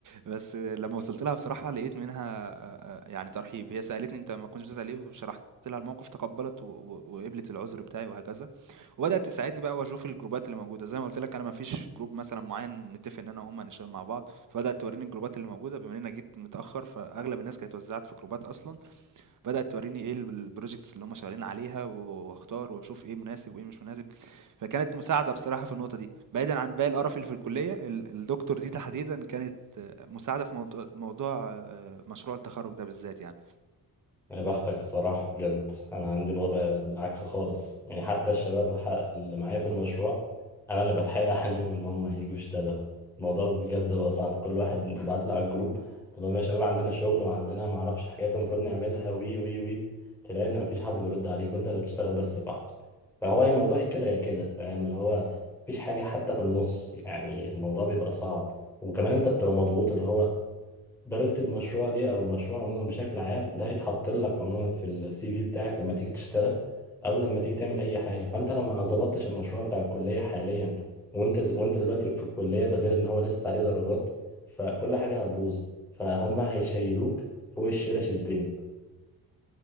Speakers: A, on the right (about 50°); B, in the centre.
A: بس لمّا وصلت لها بصراحة لقيت منها آآ يعني ترحيب، هي سألتني أنت ما كنتش بتسأل ليه وشرحت لها الموقف تقبّلت و و وقبلت العذر بتاعي وهكذا، وبدأت تساعدني بقى وأشوف الجروبات اللي موجودة، زي ما قُلت لك أنا ما فيش جروب مثلًا معيّن متّفق إن أنا وهُم هنشتغل مع بعض، فبدأت تورّيني الجروبات اللي موجودة، بما إن أنا جيت متأخّر فأغلب الناس كانت اتوزّعت في جروبات أصلًا، بدأت تورّيني إيه الب الprojects اللي هُم شغالين عليها و واختار واشوف إيه مناسب وإيه مش مناسب. فكانت مساعدة بصراحة في النقطة دي بعيدا عن باقي القرف اللي في الكلية ال- الدكتور دي تحديدا كانت آه، مساعدة في موضوع موضوع، آه، مشروع التخرج ده بالذات يعني
B: يا بختك الصراحة بجد أنا عندي الوضع بالعكس خالص يعني حتى الشباب ح- اللي معايا في المشروع أنا اللي بتحايل عليهم إن هم ييجوا يشتغلوا الموضوع بجد هو صعب كل واحد تبعت له على الجروب تقول لهم يا شباب عندنا شغل وعندنا معرفش حاجات المفروض نعملها وي وي وي تلاقي إن مفيش حد بيرد عليك وأنت اللي بتشتغل بس لوحدك فهو الموضوع يا كده يا كده فاهم اللي هو مفيش حاجة حتى في النص يعني الموضوع بيبقى صعب وكمان أنت بتبقى مضغوط اللي هو درجة المشروع دي أو المشروع عموما بشكل عام ده هيتحط لك عموما في السي في بتاعك لما تيجي تشتغل أو لما تيجي تعمل أي حاجة فأنت لو ما ظبطتش المشروع بتاع الكلية حاليا وأنت د... وأنت دلوقتي في الكلية ده غير إن هو لسه عليه درجات فكل حاجة هتبوظ فهم هيشيلوك فوق الشيلة شيلتين